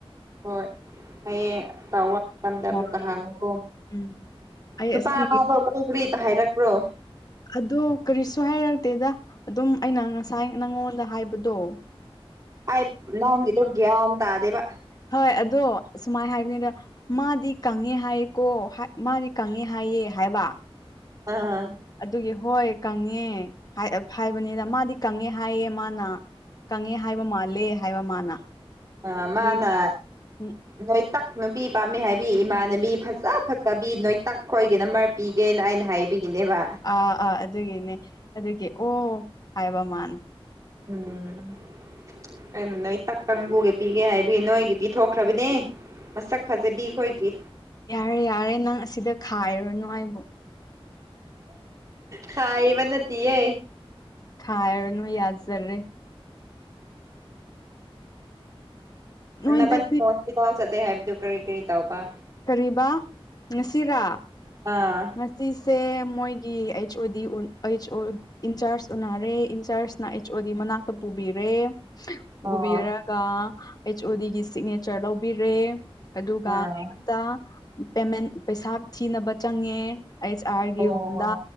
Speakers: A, on the right; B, on the left.
A: ꯍꯣꯏ ꯍꯌꯦꯡ ꯇꯧꯋꯥ ꯃꯇꯝꯗ
B: ꯍꯣꯏ
A: ꯑꯃꯨꯛꯀ ꯍꯪꯉꯨꯀꯣ
B: ꯎꯝ ꯑꯩ
A: ꯅꯨꯄꯥ
B: ꯑꯁꯤꯒꯤ
A: ꯐꯥꯕꯧ ꯀꯔꯤ ꯀꯔꯤꯇ ꯍꯥꯏꯔꯛꯄ꯭ꯔꯣ
B: ꯑꯗꯣ ꯀꯔꯤꯁꯨ ꯍꯥꯏꯔꯛꯇꯦꯗ ꯑꯗꯨꯝ ꯑꯩꯅ ꯉꯁꯥꯏ ꯅꯪꯉꯣꯟꯗ ꯍꯥꯏꯕꯗꯣ <inaudible>
A: ꯑꯩ ꯅꯪꯒꯤꯗꯣ ꯒ꯭ꯌꯥꯟ ꯇꯥꯗꯦꯕ
B: ꯍꯣꯢ ꯑꯗꯣ ꯁꯨꯃꯥꯢ ꯍꯥꯢꯕꯅꯤꯗ ꯃꯥꯗꯤ ꯀꯪꯉꯦ ꯍꯥꯏꯌꯦꯀꯣ ꯃꯥꯗꯤ ꯀꯪꯉꯦ ꯍꯥꯏꯌꯦ ꯍꯥꯏꯕ
A: ꯑꯥ
B: ꯑꯗꯨꯒꯤ ꯍꯣꯏ ꯀꯪꯉꯦ ꯍꯥꯏꯕꯅꯤꯅ ꯃꯥꯗꯤ ꯀꯪꯉꯦ ꯍꯥꯏꯌꯦ ꯃꯥꯅ ꯀꯪꯉꯦ ꯍꯥꯏꯕ ꯃꯥꯜꯂꯦ ꯍꯥꯏꯕ ꯃꯥꯅ
A: ꯑ ꯃꯥꯅ
B: ꯑꯗꯨꯒꯤ <unintelligible>
A: ꯅꯣꯏꯇꯥꯛ ꯅꯨꯄꯤ ꯄꯥꯝꯕꯤ ꯍꯥꯏꯕꯤ ꯏꯃꯥꯟꯅꯕꯤ ꯐꯖ ꯐꯖꯕꯤ ꯅꯣꯏꯇꯥꯛ ꯈꯣꯏꯒꯤꯅ ꯅꯥꯝꯕꯥꯔ ꯄꯤꯒꯦꯅ ꯑꯩꯅ ꯍꯥꯏꯕꯒꯤꯅꯦꯕ
B: ꯑꯥ ꯑꯥ ꯑꯗꯨꯒꯤꯅꯦ ꯑꯗꯨꯒꯤ ꯑꯣ ꯍꯥꯏꯕ ꯃꯥꯅ
A: ꯎꯝ ꯀꯩꯅꯣ ꯅꯣꯏ ꯇꯛꯀꯪꯕꯨꯒ ꯄꯤꯒꯦ ꯍꯥꯏꯕꯤ ꯅꯣꯏꯒꯤ ꯄꯤꯊꯣꯛꯈ꯭ꯔꯕꯅꯦ ꯃꯁꯛ ꯐꯖꯕꯤ ꯈꯣꯏꯒꯤ
B: ꯌꯥꯔꯦ ꯌꯥꯔꯦ ꯅꯪ ꯑꯁꯤꯗ ꯈꯥꯏꯔꯅꯨ ꯑꯩꯕꯨ
A: ꯈꯥꯢꯕ ꯅꯠꯇꯦꯌꯦ
B: ꯈꯥꯢꯔꯅꯨ ꯌꯥꯖꯔꯦ ꯅꯣꯏꯗꯗꯤ
A: ꯅꯕꯥꯅꯤ ꯍꯣꯁꯕꯤꯇꯥꯜ ꯆꯠꯂꯦ ꯍꯥꯢꯗꯣ ꯀꯔꯤ ꯀꯔꯤ ꯇꯥꯎ ꯄ
B: ꯀꯔꯤꯕ ꯉꯁꯤꯔꯥ
A: ꯑꯥ
B: ꯉꯁꯤꯁꯦ ꯃꯣꯏꯒꯤ H O D H O in-charge ꯎꯅꯔꯦ ꯏꯟꯆꯥꯔꯖꯅ ꯑꯩꯆ ꯑꯣ ꯗꯤ ꯃꯅꯥꯛꯇ ꯄꯨꯕꯤꯔꯦ
A: ꯑꯣ
B: ꯄꯨꯕꯤꯔꯒ ꯑꯩꯆ ꯑꯣ ꯗꯤꯒꯤ ꯁꯤꯛꯅꯦꯆꯔ ꯂꯧꯕꯤꯔꯦ ꯑꯗꯨꯒ
A: ꯑꯥ
B: ꯄꯨꯁꯥ ꯄꯦꯃꯦꯟ ꯄꯩꯁꯥ ꯊꯤꯅꯕ ꯆꯪꯉꯦ ꯑꯩꯆ ꯑꯥꯔꯒꯤ
A: ꯑꯣ
B: ꯔꯨꯝꯗ